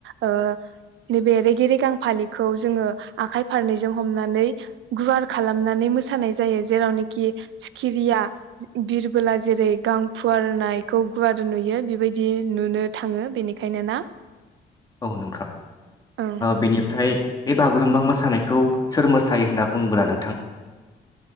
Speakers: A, on the right; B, on the left.
A: ओ नैबे रेगेेरेगां फालिखौ जोङो आखाइ फारनैजों हमनानै गुवार खालामनानै मोसानाय जायो जेरावनोखि सिखिरिया बिरबोला जेरै गां फुवारनायखौ गुवार नुयो बेबायदि नुनो थाङो बेनिखायनो ना
B: औ नोंथां
A: ओं
B: बेनिफ्राय बे बागुरुम्बा मोसानाय मोसानायखौ सोर मोसायो होनना बुङोब्ला नोंथां?